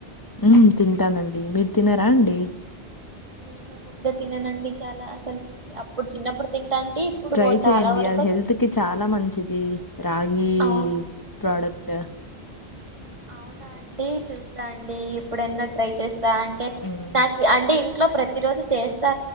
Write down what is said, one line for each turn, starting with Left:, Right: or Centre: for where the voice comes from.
Left: హ్మ్ తింటానండి మీరు తినారా అండి
Right: నేను ముద్ద తినేనండి చాలా అసలు అప్పుడు చిన్నప్పుడు తింటాంటే ఇప్పుడు
Left: ట్రై
Right: చాలా
Left: చెయండి
Right: వరకు
Left: అది
Right: అసలు
Left: హెల్త్కి చాలా మంచిది రాగి
Right: అవును
Left: ప్రోడక్ట్
Right: అవునా అండి చూస్తాండి ఎప్పుడైన ట్రై చేస్త అంటే
Left: హ్మ్.
Right: నాకు అంటే ఇంట్లో ప్రతి రోజు చేస్త